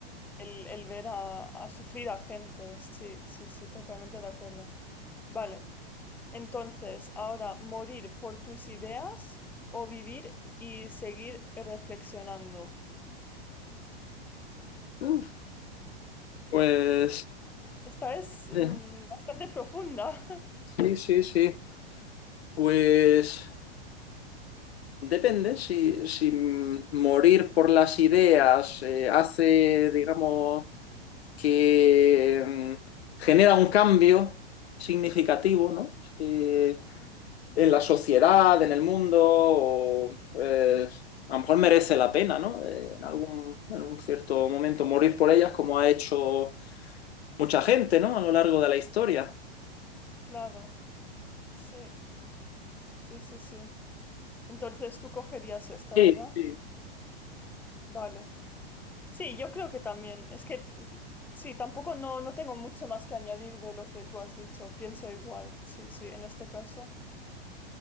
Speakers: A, in the centre; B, on the left.
A: El, el ver a, a sufrir a gente, sí, sí, sí, totalmente de acuerdo. Vale, Entonces, ahora, ¿morir por tus ideas o vivir y seguir reflexionando?
B: Uf, pues
A: Esta es mm,
B: eh,
A: bastante profunda. <laughs>
B: sí, sí, sí. Pues Depende, si, si morir por las ideas eh, hace, digamos, que mm, genera un cambio significativo, ¿no? Eh,
A: Ujú.
B: en la sociedad, en el mundo, o, pues, a lo mejor merece la pena, ¿no? Eh, en algún, en un cierto momento morir por ellas, como ha hecho mucha gente, ¿no? A lo largo de la historia.
A: Claro, sí, sí, sí, sí. Entonces tú cogerías esta,
B: Sí,
A: ¿verdad?
B: sí.
A: Vale. Sí, yo creo que también. Es que mm, sí, tampoco no, no tengo mucho más que añadir de lo que tú has dicho. Pienso igual, sí, sí, en este caso.